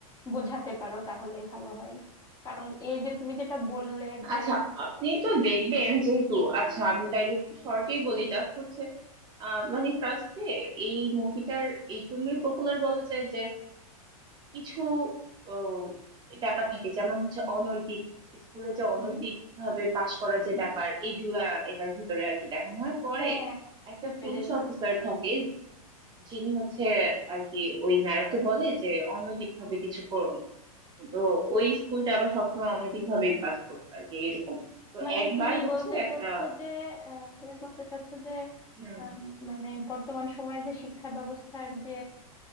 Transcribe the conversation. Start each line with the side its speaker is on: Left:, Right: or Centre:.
Left: বোঝাতে পারো তাহলে ভালো হয় কারণ এই যে তুমি যেটা বললে যে
Right: আচ্ছা আপনি তো দেখবেন যেহেতু আচ্ছা আমি তাইলে শর্টেই বলি জাস্ট হচ্ছে আহ, মানে ফার্স্টে এই মুভিটার এই জন্যই পপুলার বলা যায় যে কিছু ও, ব্যাপার থাকে যেমন হচ্ছে অনৈতিক স্কুলে যে অনৈতিক
Left: হুম
Right: ভাবে পাশ করার যে ব্যাপার এইগুলা এটার ভিতরে আর কি দেখানো হয় পরে
Left: হ্যাঁ
Right: একটা
Left: চেপে
Right: পুলিশ
Left: যেত
Right: অফিসার থাকে যিনি হচ্ছে আর কি ওই নায়ককে বলে যে অনৈতিক ভাবে কিছু করো না। তো ওই স্কুলটা আবার সবসময় অনৈতিক ভাবেই পাস করতো আর কি এরকম তো
Left: মানে
Right: একবার
Left: তুমি
Right: হচ্ছে
Left: বলতে
Right: একটা
Left: চাচ্ছো যে আহ, তুমি বলতে চাচ্ছো যে
Right: হুম,
Left: আহ, মানে বর্তমান সময়ের যে শিক্ষা ব্যবস্থার যে